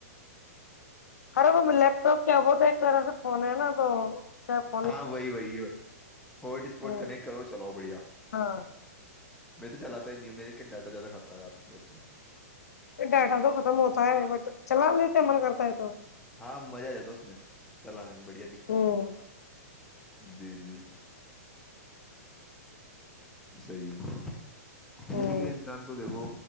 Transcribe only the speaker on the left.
ارے وہ لیپ ٹاپ کیا بتا ایک طرح سے <unintelligible> فنے ہے نا تو جب <unintelligible>
ہوں
ہاں
ڈاٹا تو ختم ہوتا ہے بٹ چلا لیتے من کرتا ہے تو
ہوں
ہوں